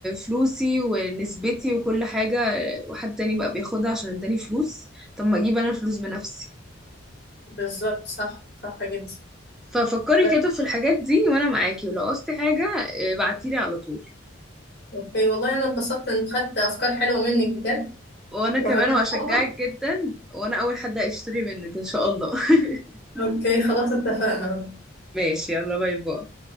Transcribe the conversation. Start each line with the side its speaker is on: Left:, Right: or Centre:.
Centre: فلوسي ونسبتي وكل حاجة وحد تاني بقى بياخدها عشان اداني فلوس طب ما اجيب أنا الفلوس بنفسي
Left: بالظبط صح صح جدا
Centre: ففكري
Left: بس
Centre: كده في الحاجات دي وأنا معاكي ولو قصتي حاجة اه، بعتيلي على طول
Left: اوكي والله انا اتبسطت ان خدت افكار حلوه منك بجد
Centre: وانا
Left: وهجربها
Centre: كمان واشجعك جدا وانا اول حد هيشتري منك ان شاء الله <laughs>
Left: اوكي خلاص اتفقنا
Centre: ماشي يلا باي باي